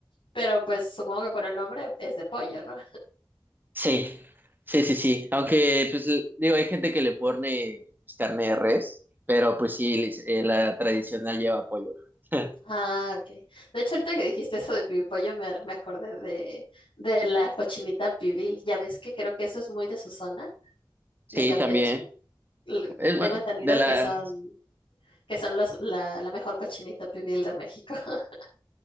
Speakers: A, on the left; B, on the right.
A: Pero pues supongo que por el nombre es de pollo, ¿no?
B: Sí, sí, sí, sí. Aunque, pues, l- digo, hay gente que le pone pues, carne de res, pero pues sí, le- eh, la tradicional lleva pollo. <laughs>
A: Ah, ok. De hecho, ahorita que dijiste eso de pibipollo, me, me acordé de, de la cochinita pibil. Ya ves que creo que eso es muy de su zona,
B: Sí,
A: de Campeche.
B: también.
A: L-
B: Es
A: Tengo
B: bueno,
A: entendido
B: de la,
A: que son, que son los, la, la mejor cochinita pibil de México. <laughs>